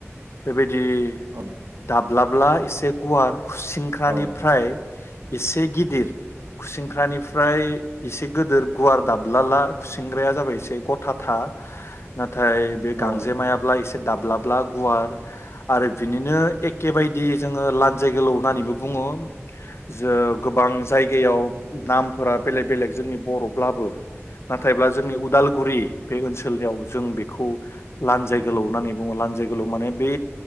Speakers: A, on the left; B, on the right.
A: बेबायदि दि
B: औ
A: दाब्लाब माब्ला एसे गुवार खुसिंख्रानिफ्राय
B: औ
A: एसे गिदिर खुसिंख्रानिफ्राय एसे गोदोर गुवार दाबलाला खुसिंग्राया जाबाय एसे गथा था नाथाय
B: औ
A: बे गांजेमायाब्ला एसे दाब्लाब <inaudible> गुवार आरो बिनिनो एखे बायदि जोङो लान्जाय गोलाव होननानैबो बुङो जो गोबां जायगायाव नामफोरा बेलेग बेलेग जोंनि बर'ब्लाबो नाथायब्ला जोंनि उदालगुरि बे ओनसोल <unintelligible> जों बेखौ लान्जाय गोलाव होननानै बुङो लानजाइ लानजाइ गोलाव माने बे